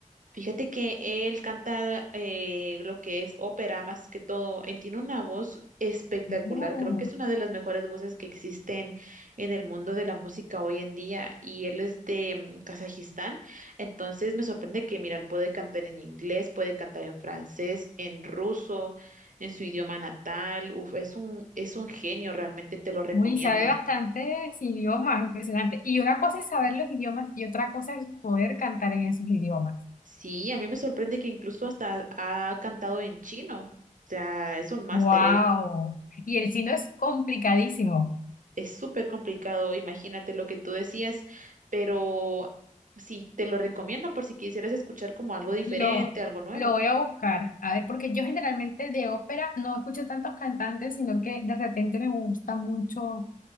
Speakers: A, on the right; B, on the left.
A: Fíjate que él canta eh, lo que es ópera más que todo. Él tiene una voz espectacular.
B: Oh,
A: Creo que es una de las mejores voces que existen en el mundo de la música hoy en día. Y él es de mm, Kazajistán. Entonces me sorprende que, mira, él puede cantar en inglés, puede cantar en francés, en ruso, en su idioma natal. Uf, es un, es un genio, realmente te lo recomiendo.
B: Uy, sabe bastantes idiomas, impresionante. Y una cosa es saber los idiomas y otra cosa es poder cantar en esos idiomas.
A: Sí, a mí me sorprende que incluso hasta ha cantado en chino. O sea, es un máster.
B: Wow. Y el chino es complicadísimo.
A: es súper complicado, imagínate lo que tú decías, pero sí, te lo recomiendo por si quisieras escuchar como algo diferente,
B: Lo,
A: algo nuevo.
B: lo voy a buscar, a ver, porque yo generalmente de ópera no escucho tantos cantantes, sino que de repente me gusta mucho